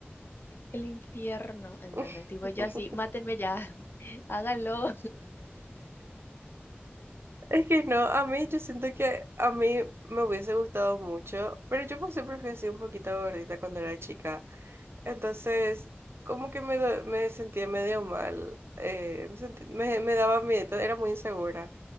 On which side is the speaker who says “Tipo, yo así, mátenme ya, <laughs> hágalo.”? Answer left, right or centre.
Left